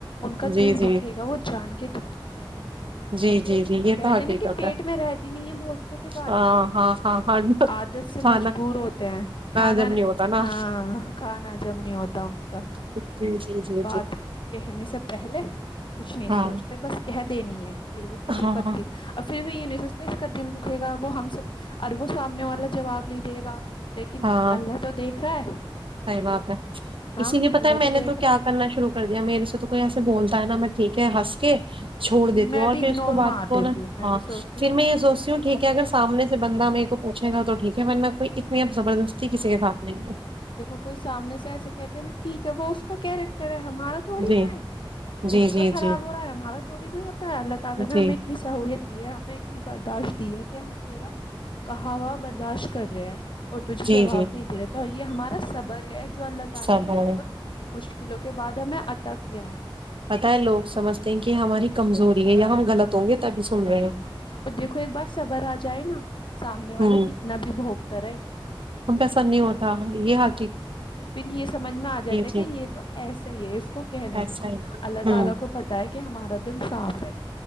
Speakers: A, on the left; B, on the right.
A: ان کا
B: جی
A: دل
B: جی
A: دکھے گا وہ جان کے دکھاتے ہیں
B: جی
A: کیونکہ
B: جی جی یہ
A: کہتے
B: تو حقیقت
A: نا کہ پیٹ
B: ہے
A: میں رہتی نہیں ہے بہتوں کی بات
B: ہاں ہاں ہاں ہاں
A: عادت سے
B: کھانا
A: مجبور ہوتی کھانا
B: جب نہیں ہوتا نا
A: ہاں کھانا حجم نہیں ہوتا ان کو
B: جی جی جی
A: بات
B: جی
A: کہنے سے پہلے کچھ نہیں سوچتے
B: ہاں
A: بس کہتے دنی ہے پھر وہ کسی
B: ہاں
A: کا دل اور پھر بھی ینیسپیس کا دل رکھے گا وہ ہم سے اورر وہ سامنے والا جواب نہیں دے گا لیکن
B: ہاں
A: اللہ تو دیکھ ہے
B: صحیح باب ہے
A: ہاں
B: اسی لیے پتا
A: اللہ
B: ہے میں نے
A: دیکھ
B: تو
A: رہا
B: کیا
A: ہے
B: کرنا شروع کر دیا میرے سے تو کوئی ایسے
A: ہ ہ
B: بولتا ہے نا میں ٹھیک ہے ہنس کے چھوڑ دیتی
A: میں
B: ہوں اور
A: بھی
B: پھر
A: اگنور
B: اس کو بات
A: مار
B: کو
A: دیتی
B: نا
A: ہوں میں
B: ہاں
A: بھی سوچتی
B: پھر
A: ہوں
B: میں یہ سوچتی ہوں ٹھیک اگر سامنے سے بندہ میر پوچے گا تو ٹیک ہے ورن کوئی اس نہیں اب زبردستی کسی کے ساتھ نہیں ہے
A: کوئی سامنے سے ایسے کہتے ہیںا ٹھیک ہے وہ اس کا کیریکٹر ہے ہمارا تھوڑی
B: جی
A: نہ ہے
B: جی
A: اس کا
B: جی
A: خراب
B: جی
A: ہو رہا ہے ہمارا تھوڑی بھی ہوتا ہے اللہ تعالی نے
B: جی
A: ہمیں اتنی سہولت دی ہے ہمیں اتنی برداشت ہے کہ ہم تیرا کہاوا برداشت کر رہے ہیں اور تجھے
B: جی
A: جواب
B: جی
A: نہیں د رہا تو یہ ہمارا صبر ہے چ اللہ تعالی
B: سب
A: نے
B: ہے
A: مشکلوں کے بعد ہمیں عتا کیا ہے
B: پت ہے لوگ سمجھتے ہیں کہ ہماری کمزوری ہے یا ہم غلط ہوں گے تبھی سن
A: نہیں
B: رہے ہیں
A: اور دیکھو ایک بار صبر آ جائے نا سامنے والا
B: ہوں
A: کتنا بھی بھوگتا رہا ہے
B: ہم پیسا نہیں ہوتا یہ ح
A: پھر یہ سمجھ میں ا جاتا ہے کہ
B: چیز
A: یہ تو ایسا ہی ہے اس کو کہنے
B: ایسا
A: دو
B: ہی ہے۔
A: اللہ تعالی
B: ہوں
A: کو پتہ ہے کہ ہم مردل صاف ہے